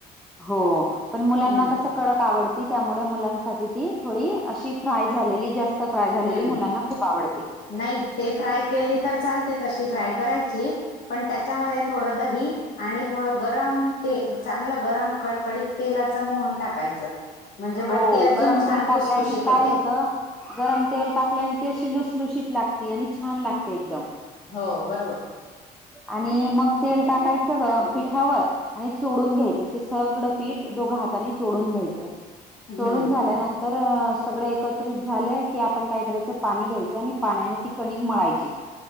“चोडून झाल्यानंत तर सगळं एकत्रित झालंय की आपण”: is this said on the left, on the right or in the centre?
Centre